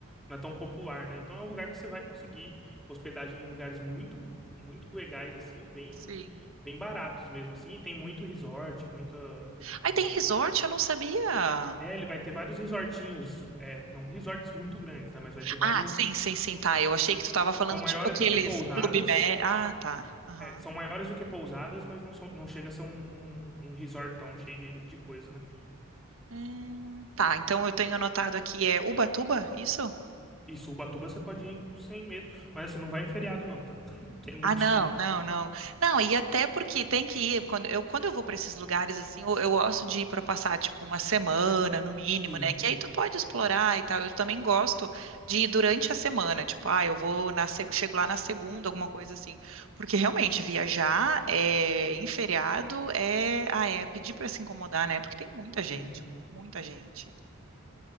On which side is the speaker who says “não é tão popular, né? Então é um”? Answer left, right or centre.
Centre